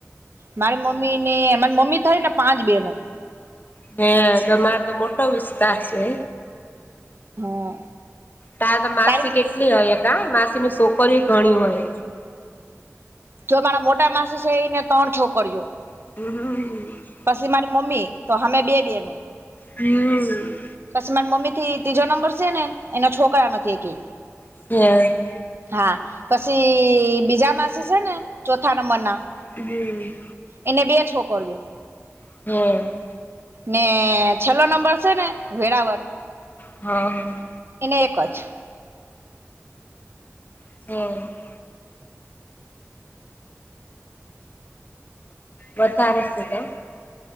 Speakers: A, on the right; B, on the left.
A: મારી મમ્મી ને મારી મમ્મી થાય ને પાંચ બેનો-
B: હે તો મારો તો મોટો વિસ્તાર છે,
A: હમ
B: તારે તો માસી
A: તારી
B: કેટલી હોય કા માસી ની છોકરીયુ ઘણી હોય,
A: જો મારા મોટા માસી સે એઈને ત્રણ છોકરીયુ
B: હમ્મ હ <unintelligible>
A: પછી મારી મમ્મી તો અમે બે બેનું-
B: હમ્મ
A: પછી મારા મમ્મી થી ત્રીજો નંબર છે ને, એના છોકરા નથી એક કઈ-
B: <unintelligible>
A: હા, પછી બીજા માસે છે ને ચોથા નંબર ના-
B: હમ્મ
A: એને બે છોકરીઓ-
B: <unintelligible>
A: ને છેલ્લો નંબર છે ને, વેરાવર
B: હ હ
A: એને એકજ.
B: <unintelligible> વધારે સીધા-